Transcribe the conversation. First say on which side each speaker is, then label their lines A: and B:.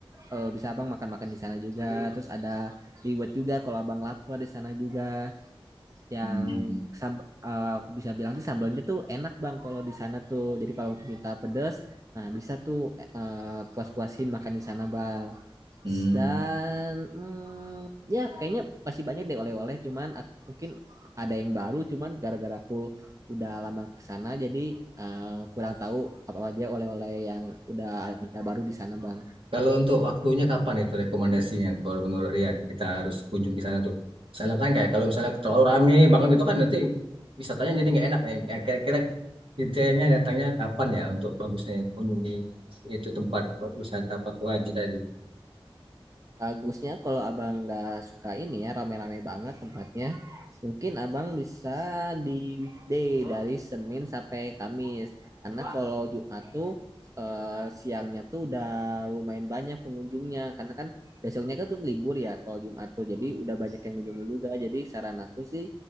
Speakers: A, on the right; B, on the right.
A: eh, bisa abang makan-makan di sana juga. Terus ada liwet juga kalau abang lapar di sana juga yang
B: Hmm.
A: sam- eh, aku bisa bilang sih sambalnya tuh enak bang kalau di sana tuh jadi kalau minta pedas nah bisa tuh eh, puas-puasin makan di sana bang
B: Hmm.
A: dan hmm, ya kayaknya masih banyak deh oleh-oleh cuman ak- mungkin ada yang baru cuman gara-gara aku udah lama ke sana jadi eh, kurang tahu apa aja oleh-oleh yang udah ada baru di sana bang
B: Kalau untuk waktunya kapan itu rekomendasinya? Kalau menurut Rian, kita harus kunjung ke sana tuh. Misalnya kan kayak kalau misalnya terlalu rame, bahkan gitu kan nanti wisatanya jadi nggak enak. Ya. Kira-kira kitanya datangnya kapan ya untuk bagusnya kunjungi itu tempat wisata Papua Haji tadi?
A: Bagusnya kalau abang nggak suka ini ya rame-rame banget tempatnya. Mungkin abang bisa di weekday dari Senin sampai Kamis. Karena kalau Jumat tuh eh, siangnya tuh udah lumayan banyak pengunjungnya. Karena kan besoknya kan tuh libur ya kalau Jumat tuh. Jadi udah banyak yang mengunjungi juga. Jadi saran aku sih